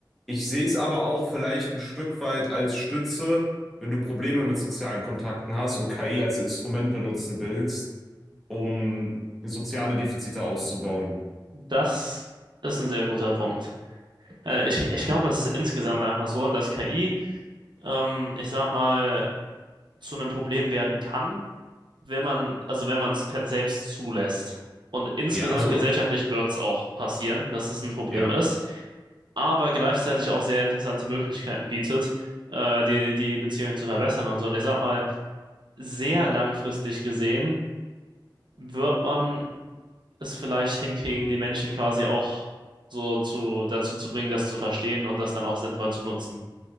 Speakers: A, in the centre; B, on the right.
A: Ich sehe es aber auch vielleicht ein Stück weit als Stütze, wenn du Probleme mit sozialen Kontakten hast und KI als Instrument benutzen willst, um soziale Defizite auszubauen.
B: Das ist ein sehr guter Punkt. Äh, ich, ich
A: Mhm.
B: glaube, es ist insgesamt einfach so, dass KI, ähm, ich sag mal, zu einem Problem werden kann, wenn man, also wenn man es selbst zulässt. Und insgesamt
A: Ja, also,
B: gesellschaftlich wird es auch passieren, dass es ein Problem
A: ja,
B: ist, aber gleichzeitig auch sehr interessante Möglichkeiten bietet, äh, die, die Beziehungen zu verbessern und so. Und ich sag mal, sehr langfristig gesehen wird man es vielleicht hinkriegen, die Menschen quasi auch so zu, dazu zu bringen, das zu verstehen und das dann auch sinnvoll zu nutzen.